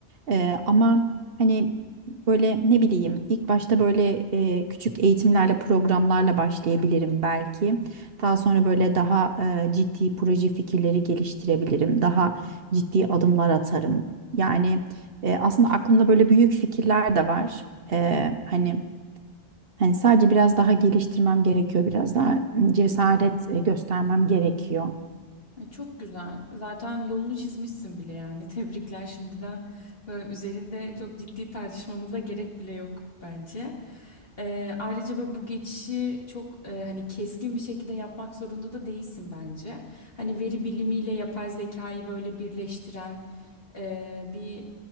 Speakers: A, on the right; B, on the left.
A: Eee, ama hani böyle ne bileyim ilk başta böyle e, küçük eğitimlerle programlarla başlayabilirim belki. Daha sonra böyle daha e, ciddi proje fikirleri geliştirebilirim. Daha ciddi adımlar atarım. Yani e, aslında aklımda böyle büyük fikirler de var. Eee, hani. Hani sadece biraz daha geliştirmem gerekiyor, biraz daha cesaret e, göstermem gerekiyor.
B: E, çok güzel. Zaten yolunu çizmişsin bile yani. <laughs> Tebrikler şimdiden. Böyle üzerinde çok ciddi tartışmamıza gerek bile yok bence. E, ayrıca böyle bu geçişi çok e, hani keskin bir şekilde yapmak zorunda da değilsin bence. Hani veri bilimiyle yapay zekayı böyle birleştiren e, bir